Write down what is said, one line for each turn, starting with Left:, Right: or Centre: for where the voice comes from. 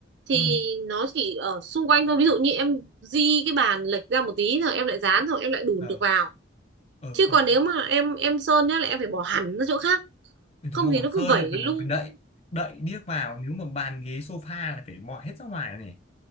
Right: thì
Left: ừ
Right: nó chỉ ở xung quanh thôi ví dụ như em di cái bàn lệch ra một tí rồi em lại dán rồi em lại đùn
Left: ờ
Right: được vào
Left: ờ
Right: chứ
Left: còn
Right: còn nếu mà em em sơn nhá là em phải bỏ hẳn ra chỗ khác
Left: đúng
Right: không thì
Left: rồi
Right: nó cứ
Left: sơn
Right: vẩy
Left: lại phần
Right: lung
Left: phần đậy
Right: tung
Left: đậy điếc vào nếu mà bàn ghế sofa là phải mọi hết ra ngoài này